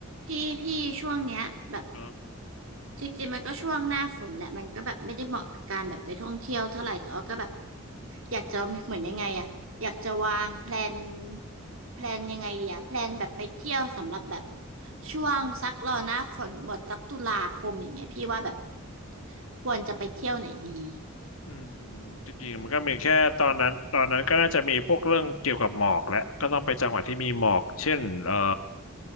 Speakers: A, on the right; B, on the left.
A: พี่พี่ช่วงเนี้ยแบบ
B: ครับ
A: จริงๆมันก็ช่วงหน้าฝนแหละมันก็แบบไม่ได้เหมาะกับการแบบไปท่องเที่ยวเท่าไหร่แต่ว่าก็แบบอยากจะเหมือนยังไงอะอยากจะวางแพลนแพลนยังไงดีอะแพลนแบบไปเที่ยวสำหรับแบบช่วงสักรอหน้าฝนหมดสักตุลาคมอย่างเงี้ยพี่ว่าแบบควรจะไปเที่ยวไหนดี
B: อืมจริงๆมันก็มีแค่ตอนนั้นตอนนั้นก็น่าจะมีพวกเรื่องเกี่ยวกับหมอกแหละก็ต้องไปจังหวัดที่มีหมอกเช่นเอ่อ